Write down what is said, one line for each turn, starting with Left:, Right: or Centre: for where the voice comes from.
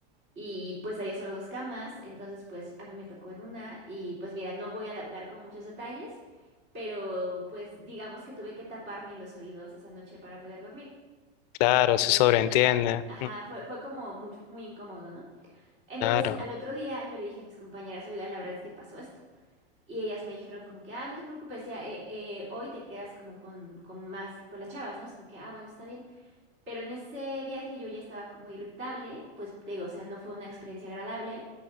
Right: Y pues había solo dos camas, entonces pues a mí me tocó en una y pues mira, no voy a dar, dar como muchos detalles, pero pues digamos que tuve que taparme los oídos esa noche para poder dormir.
Left: claro,
Right: Entonces,
Left: se sobreentiende.
Right: ajá,
Left: mm,
Right: fue, fue como mucho, muy incómodo, ¿no? Entonces,
Left: Claro.
Right: al otro día yo le dije a mis compañeras, oigan, la verdad es que pasó esto. Y ellas me dijeron como que, ah, no te preocupes, ya eh, eh, hoy te quedas como con, con más, con las chavas, ¿no? Es como que, ah, bueno, está bien. Pero en ese viaje yo ya estaba como irritable, pues te digo, o sea, no fue una experiencia agradable.